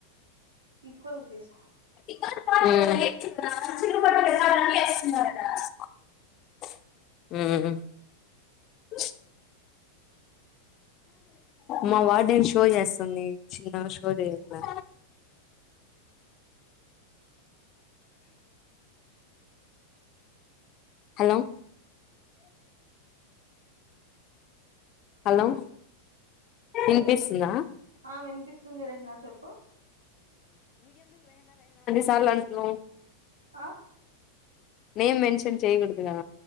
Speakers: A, on the right; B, on the left.
A: ఈక్వల్ గా తీసుకో.
B: ఊ ఉఊ ఉ మా వార్డెన్ షో చేస్తుంది చిన్న షో చేయట్లా. హలో హలో వినిపిస్తుందా
A: ఆ వినిపిస్తుంది రెహనా చెప్పు.
B: చాలంట నవ్
A: ఆ
B: నేమ్ మెన్షన్ చేయకూడదు కదా